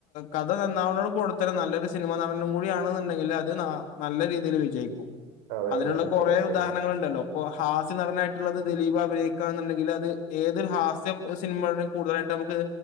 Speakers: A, on the left; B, on the right.
A: കഥ നന്നാവുന്നോട് കൂടത്തന്നേ നല്ലൊരു സിനിമ നടനും കൂടി ആണുണ്ടെങ്കിൽ അത് നല്ല രീതിയിൽ വിജയിക്കും
B: അതെ,
A: അതിനുള്ള
B: അതെ, അതെ.
A: കുറേ
B: ശരിയാണ്,
A: ഉദാഹരണങ്ങൾ
B: ശരിയാണ്.
A: ഉണ്ടല്ലോ അപ്പോ ഹാ സ്യ നടാനായിട്ട് ത് ദിലീപ് അഭിനയിക്കുക എന്നുണ്ടെങ്കിൽ അത് ഏതൊരു ഹാസ്യ സിനിമകയും കൂടുതലായിട്ട് നമ്മുക്ക്